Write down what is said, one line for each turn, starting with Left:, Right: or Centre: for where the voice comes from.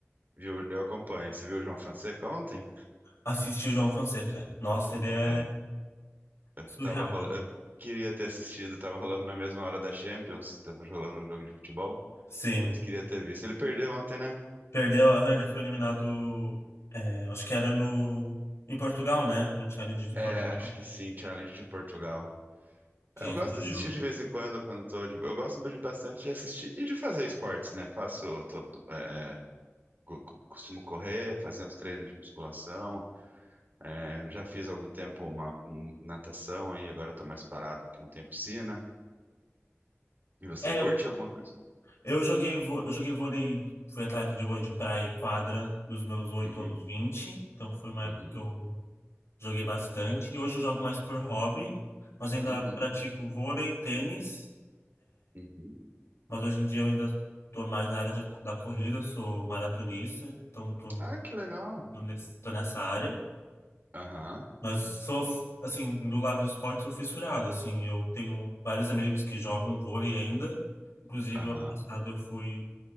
Right: viu, eu acompanho. Você viu o João Fonseca ontem?
Left: Assiste o João Fonseca. Nossa, ele é
Right: É, eu
Left: surreal,
Right: tava rolando,
Left: né?
Right: eu queria ter assistido, tava rolando na mesma hora da Champions, tava rolando um jogo de futebol,
Left: Sim.
Right: mas queria ter visto. Ele perdeu ontem, né?
Left: Perdeu, aham, ele foi eliminado, é, acho que era no, em Portugal, né? No Challenge de Portugal,
Right: É, acho que sim, Challenge de Portugal.
Left: que
Right: Eu
Left: explodiu,
Right: gosto de assistir
Left: acho.
Right: de vez em quando, quando tô de... Eu gosto de bastante de assistir e de fazer esportes, né? Faço, tô- tô, é, co- co- costumo correr, fazer uns treinos de musculação. É, já fiz há algum tempo uma hum, natação aí, agora eu tô mais parado porque não tem piscina. E você
Left: É,
Right: curte
Left: eu,
Right: alguma coisa?
Left: eu joguei, vô- eu joguei vôlei, fui atleta de vôlei de praia e quadra dos meus oito
Right: Uhum,
Left: aos vinte então foi uma
Right: uhum,
Left: época que eu joguei bastante. Hoje eu jogo mais por hobby, mas ainda
Right: uhum,
Left: pratico vôlei, tênis,
Right: uhum.
Left: mas hoje em dia eu ainda tô mais na área de- da corrida, sou maratonista, então tô,
Right: Ah, que legal.
Left: tô, nesse- tô nessa área.
Right: Aham,
Left: Mas sou, f- assim, no lado do esporte, sou fissurado, assim. Eu tenho vários amigos que jogam vôlei ainda. Inclusive,
Right: aham.
Left: o ano passado eu fui,